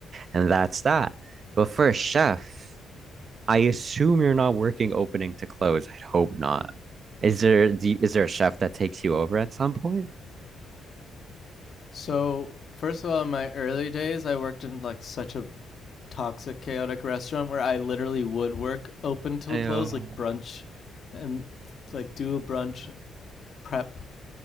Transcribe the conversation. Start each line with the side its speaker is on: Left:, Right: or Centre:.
Right: And that's that. But for a chef, I assume you're not working opening to close. I'd hope not. Is there do you- is there a chef that takes you over at some point?
Left: so first of all, in my early days, I worked in like such a toxic, chaotic restaurant where I literally would work open till
Right: I, Yeah.
Left: close,
Right: um,
Left: like brunch, and like do a brunch prep